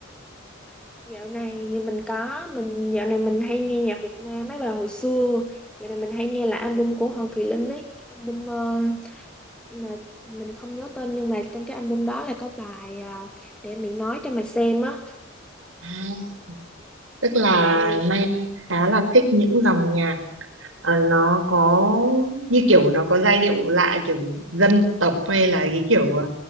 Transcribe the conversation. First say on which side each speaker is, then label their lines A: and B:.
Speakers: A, in the centre; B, on the right.
A: dạo này mình có mình dạo này mình hay nghe nhạc Việt Nam mấy bài hồi xưa dạo này mình hay nghe là album của Hoàng Thùy Linh ấy album ờ, mà mình không nhớ tên nhưng mà trong cái album đó là có bài ờ, để mình nói cho mà xem á
B: À, tức là
A: ừ
B: Mai khá là thích những dòng nhạc Ờ, nó có như kiểu nó có giai điệu lạ kiểu dân tộc hay là cái kiểu ờ,